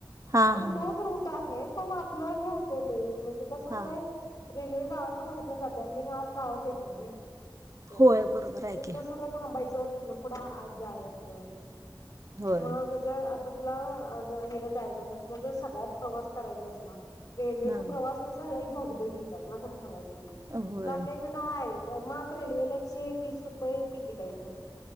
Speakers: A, on the right; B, on the left.
A: हा
B: म्हणजे
A: हा.
B: तोच रूट आहे. पण आपलं हे होतय लय म्हण म्हणजे कसं होतंय
A: हा
B: रेल्वे गावाच्या बाहेरन जाते आणि मी ना आत गावात जाईत नाय व्हय <unintelligible>
A: होय बरोबर आहे
B: तेथन
A: की
B: सगळं थांबायचं तिथन पुढं आत जायांच
A: होय
B: मग जर आत आता तुला आज हेला जायचं असल तुला जर सगळाच प्रवास करायचा असला रेल्वेचा
A: हा
B: प्रवास कसा लई धगधगीत तुला खरं सांगायचं म्हणजेवण
A: होय
B: आता आपला इकडं हा आहे. मॉप रेल्वेला एकशे तीस रुपये तिकिट आहेत बघ.